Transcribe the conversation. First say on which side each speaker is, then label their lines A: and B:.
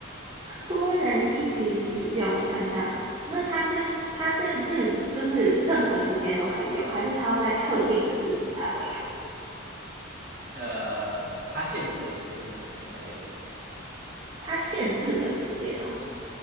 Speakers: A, on the right; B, on the right.
A: 多人一起使用，我想想，那它是它是日就是任何时间都可以用，还是它要在特定的日子才会用？
B: 呃，它限制的时间也还你才可以用。
A: 它限制的时间哦，